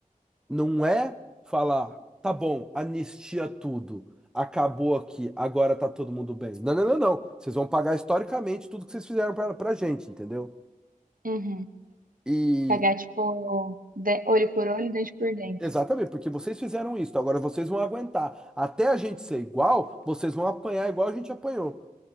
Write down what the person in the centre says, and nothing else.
não é falar, tá bom, anistia tudo. Acabou aqui, agora tá todo mundo bem. Não, não, não, não. Vocês vão pagar historicamente tudo que vocês fizeram pra, pra gente, entendeu?
E
Exatamente, porque vocês fizeram isso, então agora vocês vão aguentar. Até a gente ser igual, vocês vão apanhar igual a gente apanhou.